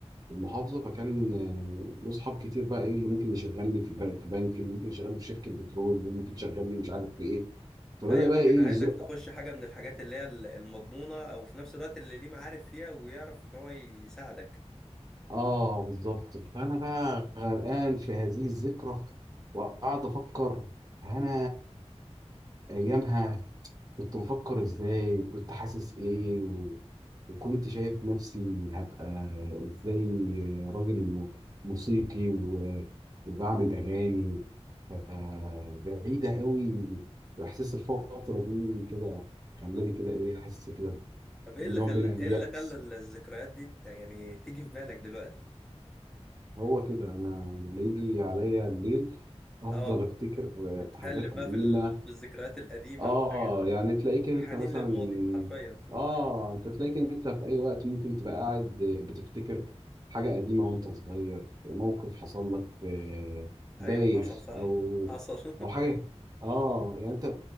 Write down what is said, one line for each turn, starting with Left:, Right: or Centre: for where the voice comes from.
Right: المحافظه فكان آه، له اصحاب كتير بقى ايه اللي ممكن يشغلني في بنك في بنك اللي ممكن يشغلني في شركه بترول اللي ممكن يشغلني مش عارف في ايه فبدا
Centre: ايوه
Right: بقى
Centre: فكان
Right: ايه
Centre: عايزك
Right: يزق
Centre: تخش حاجه من الحاجات اللي هي ال- المضمونه او في نفس الوقت اللي ليه معارف فيها ويعرف ان هو يساعدك
Right: اه بالظبط فانا بقى غرقان في هذه الذكرى وقعد افكر انا ايامها كنت بفكر ازاي وكنت حاسس ايه و... وكنت شايف نفسي هبقى ازاي راجل م- موسيقي و... وبعمل اغاني ف- بعيدة قوي واحساس الفترة دي كده خلاني كده ايه حاسس كده
Centre: طب ايه
Right: بنوع
Centre: اللي خلى
Right: من اليأس
Centre: ايه اللي خلى ال- الذكريات دي ت- يعني تيجي في بالك دلوقتي؟
Right: هو كده انا لما يجي عليا الليل افضل
Centre: اه
Right: افتكر في
Centre: بتقلب
Right: حاجات
Centre: بقى
Right: قديمة
Centre: في ال- في الذكريات القديمه
Right: اه
Centre: والحاجات دي
Right: يعني تلاقيك انت
Centre: الحنين
Right: مثلا
Centre: للماضي حرفيا <laughs>
Right: اه انت تلاقيك انت في اي وقت ممكن تبقى قاعد بتفتكر حاجة قديمة وانت صغير موقف حصل لك آه، بايخ
Centre: ايوه حصل صح
Right: او
Centre: حصل <laughs>
Right: او حاجة اه يعني انت